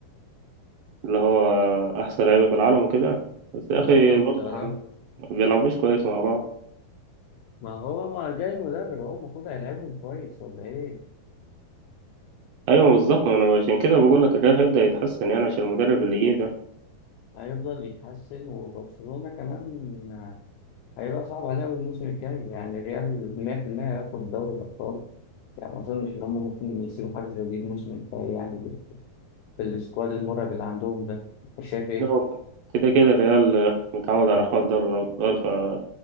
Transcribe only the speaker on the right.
اللي هو أحسن لعيبة في العالم وكده بس يا
أخي برضه
ما بيلعبوش كويس مع بعض
أيوة بالظبط ما أنا عشان كده بقول لك الريال هيبدأ يتحسن يعني عشان المدرب اللي جه ده
لا، هو كده كده الريال آه، متعود على حوار دوري الأبطال